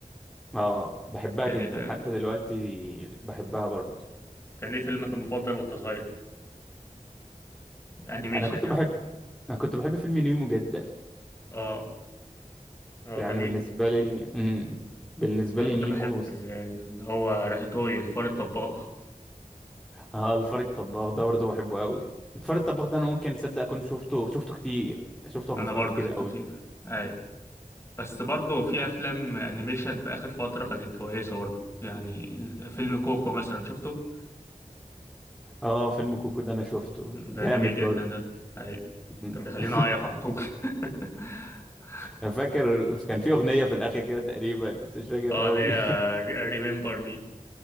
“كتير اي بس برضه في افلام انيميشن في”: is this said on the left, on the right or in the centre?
Left